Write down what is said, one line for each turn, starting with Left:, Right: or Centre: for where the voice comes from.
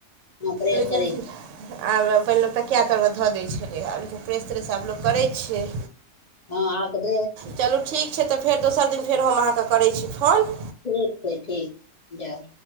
Left: प्रेस
Right: लेकिन
Left: करै
Right: की
Left: छी।
Right: आब पहिने लोक तऽ कए तरमे धऽ दैत छलै आ लेकिन प्रेस त्रेस आब लोक करै छै
Left: हँ आब त
Right: चलू ठीक छै तऽ फेर दोसर दिन फेर हम अहाँकेँ करै छी फोन
Left: ठीक छै ठीक छै जाउ